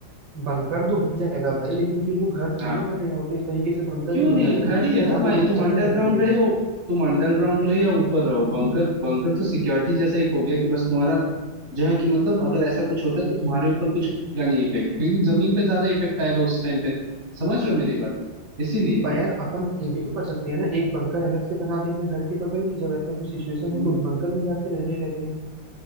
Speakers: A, on the right (about 65°); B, on the right (about 35°).
A: बंकर तो बन जाएगा भाई लेकिन फिर वो घर
B: हाँ
A: थोड़ी ना बनेगा वो तो एक तरीके से बंकर
B: क्यों
A: ही हो
B: नहीं
A: जाएगा
B: घर
A: ना
B: ही
A: फिर
B: है ना
A: वहां
B: भाई
A: पे लोग
B: तुम
A: कैसे
B: अंडरग्राउंड
A: रहेंगे
B: रहे हो तुम अंडरग्राउंड रहो या ऊपर रहो बंकर बंकर तो सिक्योरिटी जैसा एक हो गया कि बस तुम्हारा जो है कि मतलब अगर ऐसा कुछ होता है तो तुम्हारे ऊपर कुछ का नहीं इफेक्ट क्योंकि जमीन पे ज्यादा इफेक्ट आएगा उस टाइम पे समझ रहे हो मेरी बात इसीलिए
A: पर यार अपन ये भी तो कर सकते हैं ना एक बंकर अलग से बना दे अपने घर के बगल में जब ऐसा कुछ सिचुएशन हो
B: हम्म,
A: तो उस बंकर में जाके रहने लगे